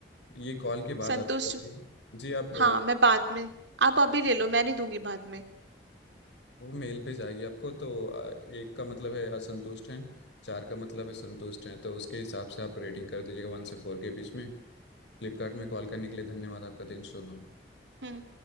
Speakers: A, on the left; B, on the right.
A: ये कॉल के बाद
B: संतुष्ट
A: आप जाके जी आप अ,
B: हाँ मैं बाद में आप अभी ले लो मैं नहीं दूंगी बाद में
A: वो मेल पे जाएगी आपको तो अ, एक का मतलब है असंतुष्ट हैं चार का मतलब है संतुष्ट हैं तो उसके हिसाब से आप रेटिंग कर दीजिएगा वन से फोर के बीच में फ्लिपकार्ट में कॉल करने के लिए धन्यवाद आपका दिन शुभ हो
B: हम्म